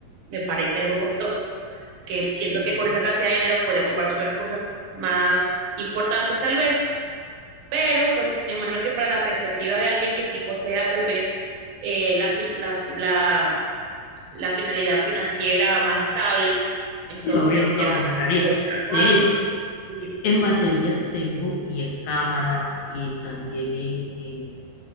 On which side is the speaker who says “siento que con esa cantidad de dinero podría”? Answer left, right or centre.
Right